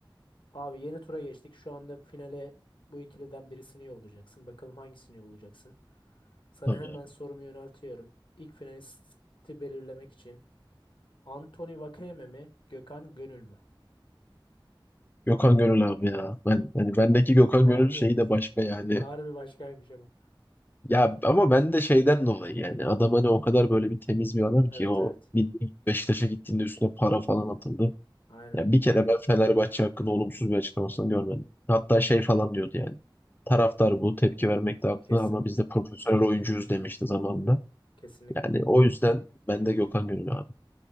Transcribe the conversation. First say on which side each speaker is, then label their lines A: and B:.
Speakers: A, on the left; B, on the left.
A: Abi yeni tura geçtik. Şu anda finale bu ikiliden birisini yollayacaksın. Bakalım hangisini yollayacaksın. Sana
B: tabii.
A: hemen sorumu yöneltiyorum. İlk finalisti belirlemek için. Anthony Vakayeme mi? Gökhan Gönül mü?
B: Gökhan Gönül abi ya. Ben hani bendeki Gökhan
A: <laughs> Abi
B: Gönül şeyi de başka yani
A: ağır bir başkaymış ama.
B: Ya ama ben de şeyden dolayı yani adam hani o kadar böyle bir temiz bir adam
A: Evet
B: ki o
A: evet.
B: bir Beşiktaş'a gittiğinde üstüne para falan atıldı.
A: Aynen.
B: Ya bir kere ben Fenerbahçe hakkında olumsuz bir açıklamasını görmedim. Hatta şey falan diyordu yani. Taraftar bu tepki vermekte haklı
A: Kesin.
B: ama biz de profesyonel oyuncuyuz demişti zamanında.
A: Kesinlikle.
B: Yani o yüzden ben de Gökhan Gönül abi.